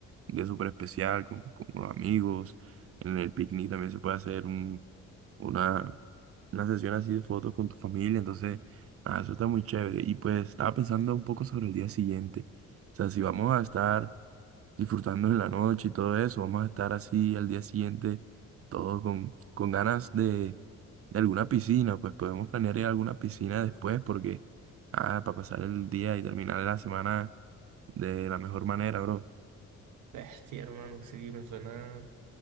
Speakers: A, on the right (about 50°); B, on the right (about 80°).
A: un día súper especial con, con los amigos. En el picnic también se puede hacer una, una sesión así de fotos con tu familia, entonces, nada, eso está muy chévere. Y pues estaba pensando un poco sobre el día siguiente. O sea, si vamos a estar disfrutando en la noche y todo eso, vamos a estar así al día siguiente, todo con, con ganas de, de alguna piscina, pues podemos planear ir a alguna piscina
B: Uf,
A: después porque, ah, para pasar el día y terminar la semana de la mejor manera, bro.
B: bestia, hermano, sí, me suena